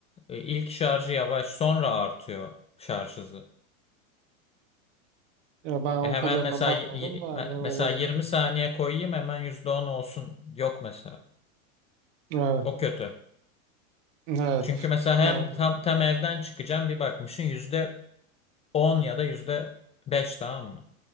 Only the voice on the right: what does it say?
Ya ben o
kadarına
bakmadım
da hani olabilir.
Evet.
Evet.
Yani.